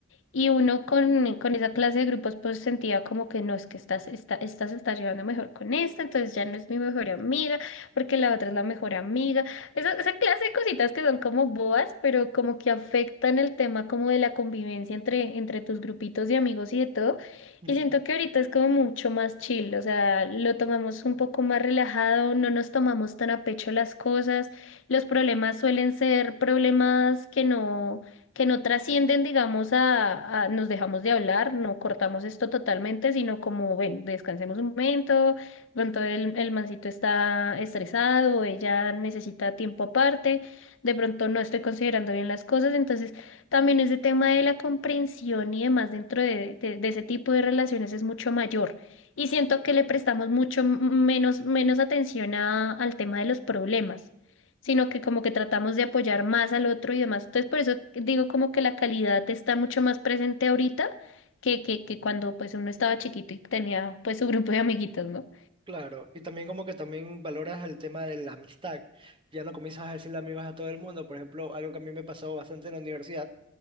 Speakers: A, on the left (about 75°); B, on the right (about 25°).
A: Y uno con, con esa clase de grupos pues sentía como que no, es que estás, esta, esta se está llevando mejor con esta, entonces ya no es mi mejor amiga, porque la otra es la mejor amiga. Esa, esa clase de cositas que son como boas, pero como que afectan el tema como de la convivencia entre, entre tus grupitos de amigos y de todo.
B: Ujú.
A: Y siento que ahorita es como mucho más chill, o sea, lo tomamos un poco más relajado, no nos tomamos tan a pecho las cosas, los problemas suelen ser problemas que no que no trascienden, digamos, a, a- nos dejamos de hablar, no cortamos esto totalmente, sino como, ven, descansemos un momento, pronto el, el mancito está estresado, ella necesita tiempo aparte, de pronto no estoy considerando bien las cosas, entonces también ese tema de la comprensión y demás dentro de, de de ese tipo de relaciones es mucho mayor. Y siento que le prestamos mucho m- menos, menos atención a- al tema de los problemas sino que como que tratamos de apoyar más al otro y demás. Entonces, por eso digo como que la calidad está mucho más presente ahorita que, que, que cuando pues uno estaba chiquito y tenía pues su grupo de amiguitos, ¿no?
B: Claro, y también como que también valoras el tema de la amistad. Ya no comienzas a decirle amigos a todo el mundo. Por ejemplo, algo que a mí me pasó bastante en la universidad